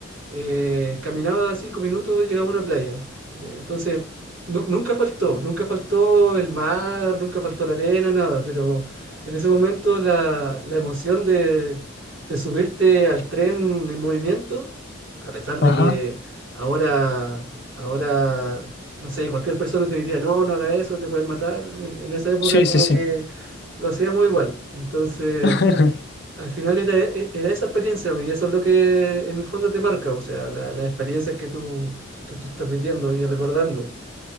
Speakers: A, on the right; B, on the left.
A: eh, caminaba cinco minutos, llegaba a una playa. Eh, entonces, nu- nunca faltó, nunca faltó el mar, nunca faltó la arena, nada, pero en ese momento la, la emoción de, de subirte al tren en movimiento, a pesar de
B: Ajá.
A: que Ahora, ahora, no sé, cualquier persona te diría, no, no haga eso, te pueden matar. En, en esa época
B: Sí,
A: como
B: sí, sí.
A: que lo hacíamos igual. Entonces,
B: <laughs>
A: al final era, e- era esa experiencia y eso es lo que en el fondo te marca, o sea, la- las experiencias que tú, que tú estás viviendo y recordando.